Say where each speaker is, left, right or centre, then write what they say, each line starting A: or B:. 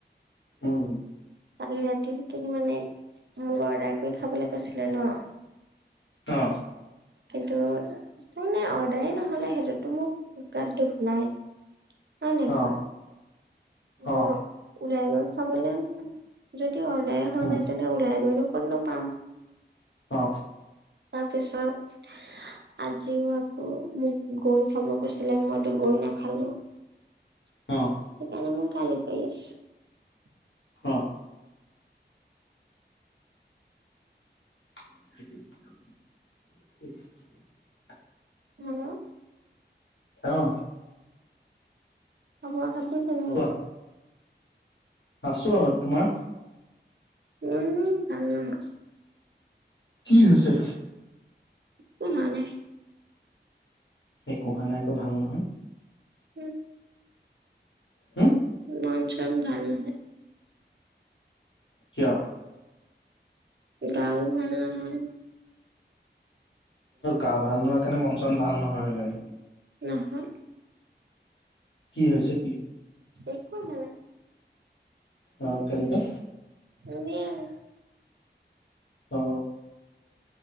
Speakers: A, on the right; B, on the left.
A: কালি
B: উম
A: ৰাতি মোক মানে মোক অৰ্ডাৰ কৰি খাবলৈ কৈছিলে ন।
B: অ
A: কিন্তু তানে অৰ্ডাৰেই নহলে সেইটোতো মোৰ গাত দুখ নাই। এনেকুৱা
B: অ
A: বৰ
B: অ
A: ওলাই গল খাবলৈ যদি অৰ্ডাৰে হোৱা
B: উম
A: নাই তেনে ওলাই গ'লো। ক'ত নো পাম।
B: অ
A: তাৰ পিছত আজিও আকৌ মোক গৈ খাব কৈছিলে মইতো গৈ নাখালো সেইকাৰণে
B: অ
A: মই গালি পাৰিছ-
B: অ <unintelligible>
A: হেল্ল'
B: অ
A: খবৰ খাতি কেনে
B: কোৱা আছো। তোমাৰ?
A: উম ভাল নহয়
B: কি হৈছে
A: একো হোৱা নাই।
B: একো হোৱা নাই আকৌ ভাল নহয়।
A: উম।
B: হে
A: মন চন ভাল হয়।
B: কিয়?
A: গাও ভাল নহয়।
B: গা ভাল নোহোৱা কাৰণে মন চন ভাল নহয় সেইকাৰণে
A: নহা
B: কি হৈছে কি?
A: একো হোৱা নাই।
B: আ তেন্তে
A: এনেই আৰু।
B: অ